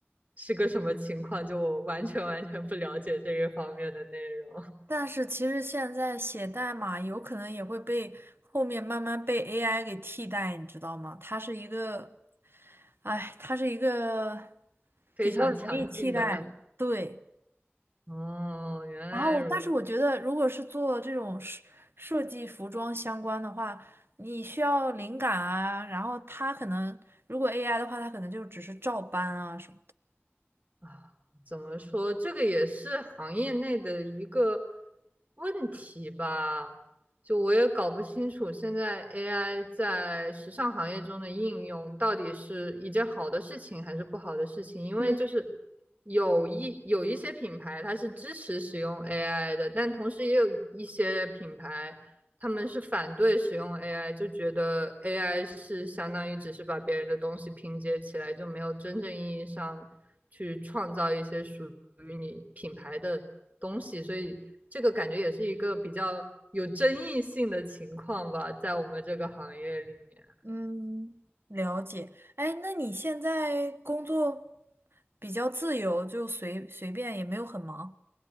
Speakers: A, on the right; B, on the right.
A: 是个什么情况，就我完全完全不了解这一方面的内容。
B: 但是其实现在写代码有可能也会被后面慢慢被 AI 给替代，你知道吗？它是一个，哎，它是一个
A: 非常强劲的。
B: 比较容易替代，对。
A: 哦，原来如
B: 然后，但是我觉得，如果是做这种设设计服装相关的话，你需要灵感啊，然后它可能如果 AI 的话，它可能就只是照搬啊什么的。
A: 啊，怎么说？这个也是行业内的一个问题吧。就我也搞不清楚，现在 AI 在时尚行业中的应用到底是一件好的事情还是不好的事情？因为就是有一有一些品牌它是支持使用
B: 嗯。
A: AI 的，但同时也有一些品牌他们是反对使用 AI，就觉得 AI 是相当于只是把别人的东西拼接起来，就没有真正意义上去创造一些属于你品牌的东西，所以这个感觉也是一个比较有争议性的情况吧，在我们这个行业里面。
B: 嗯，了解。哎，那你现在工作比较自由，就随随便，也没有很忙。